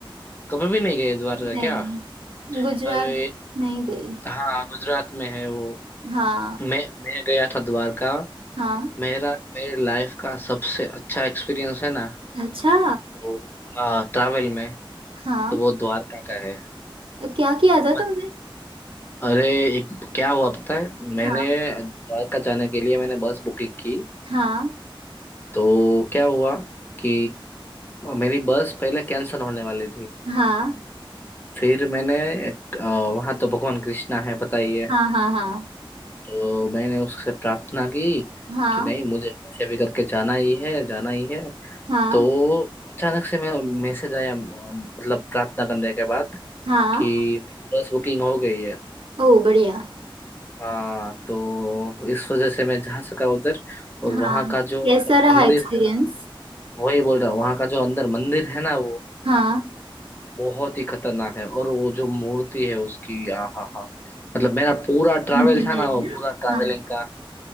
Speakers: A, on the left; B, on the right.
A: कभी भी नहीं गए द्वारका
B: नहीं
A: क्या
B: गुजरात
A: अरे
B: नहीं गई
A: हाँ गुजरात में है वो
B: हाँ
A: मैं मैं गया था द्वारका
B: हाँ
A: मेरा मेरे लाइफ का सबसे अच्छा एक्सपीरियंस है ना
B: अच्छा
A: तो हाँ ट्रैवल में
B: हाँ
A: तो वो द्वारका का है
B: क्या किया था
A: पत,
B: तुमने
A: अरे एक क्या हुआ पता है मैंने
B: हाँ
A: द्वारका जाने के लिए मैंने बस बुकिंग की
B: हाँ
A: तो क्या हुआ कि मेरी बस पहले कैंसिल होने वाली थी
B: हाँ
A: फिर मैंने वहां तो भगवान कृष्णा है पता ही है
B: हाँ हाँ हाँ
A: तो मैंने उससे प्रार्थना की
B: हाँ
A: कि नहीं मुझे कैसे भी करके जाना ही है जाना ही है
B: हाँ
A: तो अचानक से मैं मैसेज आया मतलब प्रार्थना करने के बाद
B: हाँ
A: कि मेरी बस बुकिंग हो गई है
B: ओ बढ़िया
A: हाँ तो इस वजह से मैं जा सका उधर और
B: हाँ
A: वहाँ का जो
B: कैसा
A: मतलब
B: रहा
A: मंदिर
B: एक्सपीरियंस
A: है ना वही बोल रहा हूँ वहाँ का जो अंदर मंदिर है ना वो
B: हाँ
A: बहुत ही खतरनाक है और वो जो मूर्ति है उसकी आ हा हा मतलब मेरा पूरा ट्रैवल
B: बिल्कुल
A: था
B: है
A: ना वो पूरा ट्रैवलिंग
B: ना हाँ
A: का